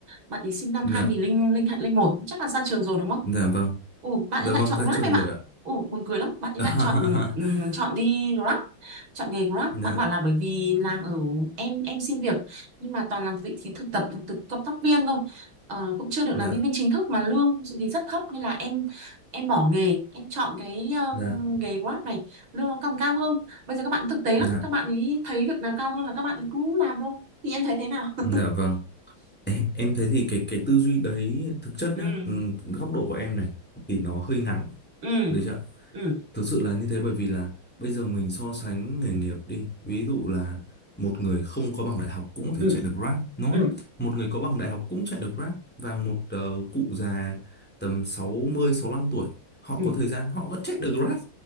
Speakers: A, on the right (about 85°); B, in the centre.
A: bạn ấy sinh năm
B: dạ
A: 2001 chắc là ra trường rồi đúng không
B: dạ vâng
A: Ồ, bạn
B: dạ
A: ấy lại
B: vâng
A: chọn
B: ra
A: Grab
B: trường
A: em ạ.
B: rồi ạ
A: Ồ, buồn cười lắm. Bạn ấy
B: À,
A: lại chọn ừm, chọn
B: <laughs>
A: đi Grab, chọn nghề Grab.
B: dạ
A: Bạn bảo là bởi vì làm ở em em xin việc nhưng mà toàn làm vị trí thực tập, thực cộng tác viên thôi. Ờ, cũng chưa được
B: dạ
A: làm nhân viên chính thức mà lương thì rất thấp nên là em em bỏ nghề, em chọn cái um,
B: dạ
A: nghề Grab này, lương nó còn cao hơn. Bây giờ các bạn thực tế
B: dạ
A: lắm, các bạn ấy thấy việc nào cao hơn là các bạn ấy cứ làm thôi. Thì em thấy thế nào? <laughs>
B: dạ vâng em, em thấy thì cái cái tư duy đấy thực chất
A: Ừ.
B: nhá ừ, góc độ của em này thì nó hơi ngắn
A: Ừ.
B: được chưa
A: Ừ.
B: thực sự là như thế bởi vì là bây giờ mình so sánh nghề nghiệp đi ví dụ là một người không có bằng đại học cũng có thể
A: Ừ.
B: chạy được Grab đúng
A: Ừ.
B: không một người có bằng đại học cũng chạy được Grab và một ờ, cụ già tầm sáu mươi sáu 65 tuổi họ
A: Ừ.
B: có thời gian họ vẫn chạy được Grab